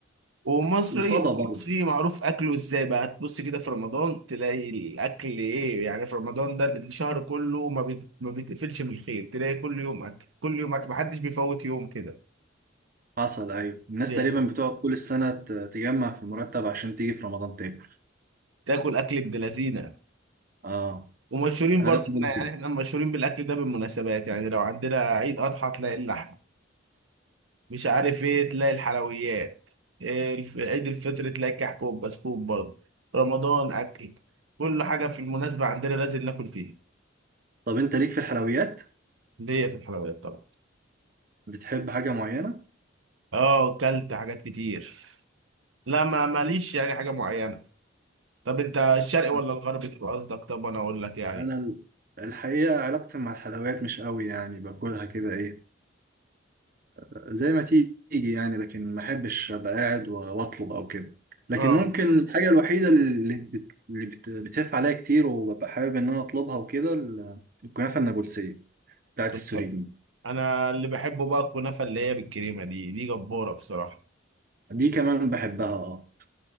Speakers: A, on the right (about 80°); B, on the right (about 45°).
A: ومصري
B: وفضى برضه
A: مصري معروف اكله ازاي بقى تبص كده في رمضان تلاقي الاكل ايه يعني في رمضان ده الشهر كله ما بيت- ما بيتقفلش من الخير تلاقي كل يوم اكل كل يوم اكل محدش بيفوت يوم كده
B: حصل ايوه الناس
A: يعني
B: تقريبا بتقعد كل السنه ت- تجمع في المرتب عشان تيجي في رمضان تاكل
A: تاكل اكل ابن لذينه
B: اه
A: ومشهورين
B: اغلب
A: برضه احنا
B: ال-
A: يعني احنا مشهورين بالاكل ده بالمناسبات يعني لو عندنا عيد اضحى تلاقي اللحمه مش عارف ايه تلاقي الحلويات إيه الف- عيد الفطر تلاقي كحكة بسكوت برضه رمضان اكل كل حاجة في المناسبة عندنا لازم ناكل فيها
B: طب انت ليك في الحلويات
A: ليا في الحلويات طبعا
B: بتحب حاجه معينه
A: اه كلت حاجات كتير لا ما ماليش يعني حاجة معينة طب انت الشرقي ولا
B: آه،
A: الغربي تبقى قصدك طب انا اقول لك يعني
B: انا ال- الحقيقه علاقتي مع الحلويات مش قوي يعني باكلها كده ايه زي ما تيجي يعني لكن ما احبش ابقى قاعد و- واطلب او كده لكن
A: اه
B: ممكن الحاجه الوحيده اللي بت... اللي بت... بتقف عليا كتير وببقى حابب ان انا اطلبها وكده ال- الكنافه النابلسيه بتاعت
A: كنت
B: السوريين
A: طب. انا اللي بحبه بقى الكنافة اللي هي بالكريمة دي دي جبارة بصراحة
B: دي كمان بحبها اه